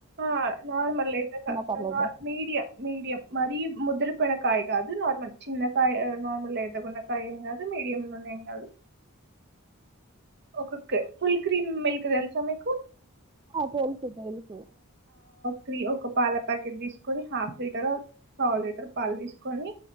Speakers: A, on the right; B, on the right.
A: ఆ నార్మల్ అయితే చ
B: పర్లేదు
A: నార్ మీడియం మీడియం మరి ముదురిపోయిన కాయ కాదు నార్మల్ చిన్నకాయ నార్మల్ లేతగున్న కాయేం కాదు మీడియంలున్న ఏం కాదు ఒకో కే ఫుల్ క్రీమ్ మిల్క్ తెలుసా మీకు
B: ఆ తేల్సు తేల్సు
A: క్రి ఒక పాల ప్యాకేట్ తీసుకొని హాఫ్ లీటర్ ఆర్ పావులిటర్ పాల్ తీస్కొని